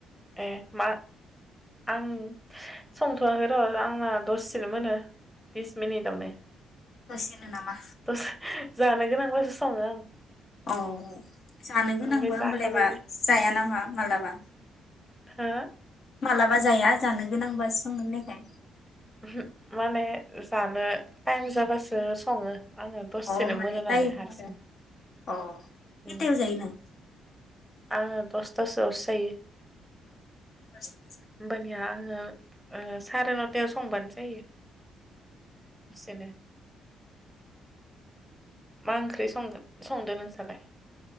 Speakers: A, in the centre; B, on the left (about 55°).
A: ए मा आं संथवाखै रआंना दसेनो मोनो बिस मिनिटावनो
B: दसेनो नामा
A: दसे जानो गोनांब्लाासो संङो आं
B: अ जानो गोनांबा
A: ओमफ्राय
B: होमबालायबा
A: जाखाबायबो
B: जाया नामा मालाबा
A: हो
B: मालाबा जाया जानो गोनांबासो संङो होननायखाय
A: ओमहु माने जानो टाइम जाबासो संङो आंङो दसेनो
B: अ माने
A: मोनो
B: टाइमाव
A: नांलाय हारसिं
B: आरो अ खैथायाव
A: उम
B: जायो नों
A: आङो दसथासोआवसो जायो
B: जोंहा
A: होनबानिया आं ओ ओ साराय नथायाव संबानो जायो दसेनो मा ओंख्रि संगोन संदो नोंस्रालाय